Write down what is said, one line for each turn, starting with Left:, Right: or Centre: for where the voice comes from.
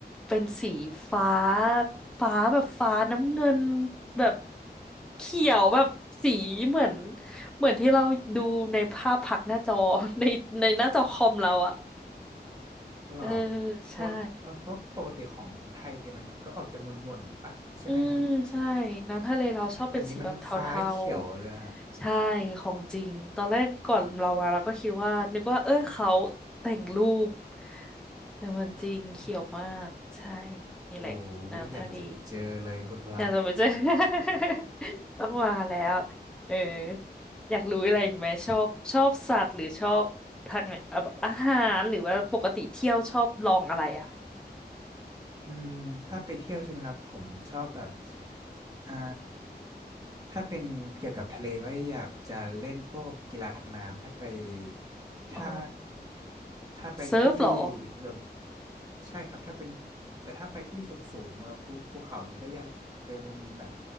Centre: เป็นสีฟ้าฟ้าแบบฟ้าน้ำเงินแบบเขียวแบบสีเหมือน เหมือนที่เราดูในภาพผักหน้าจอ <laughs> ในในหน้าจอคอมเราอะ
Right: เหรอ
Centre: เออ
Right: เพราะเออเพราะปกติของไทยมันก็ออกจะหม่นๆปะใช่ไหมฮะ
Centre: ใช่ อืมใช่ น้ำทะเลเราชอบเป็นสีแบบเทา
Right: แต่นี้มันฟ้าเขียวเลยฮะ
Centre: ๆ ใช่ ของจริง ตอนแรกก่อนเรามาเราก็คิดว่านึกว่าเออเขาแต่งรูป แต่มันจริงเขียวมาก
Right: อืม
Centre: ใช่ นี่แหละน้ำทะเล
Right: โอ้ย อยากจะไปเจอเลยคุณพระ
Centre: อยากจะมาเจอ <laughs> ต้องมาแล้วเอออยากรู้อะไรอีกไหมชอบชอบสัตว์หรือชอบทางไหนอ่ะแบบอาหารหรือว่าปกติเที่ยวชอบลองอะไรอ่ะ
Right: อืมถ้าไปเที่ยวใช่ไหมครับผมชอบแบบอ่าถ้าเป็นเกี่ยวกับทะเลก็อยากจะเล่นพวกกีฬาทางน้ำถ้าไปถ้า
Centre: อ๋อ
Right: ถ้าไปที่
Centre: เซิร์ฟเหรอ
Right: แบบใช่ครับถ้าเป็นแต่ถ้าไปที่สูงสูงแล้วภูภูเขาอย่างนี้ก็อยากไปเป็นแบบ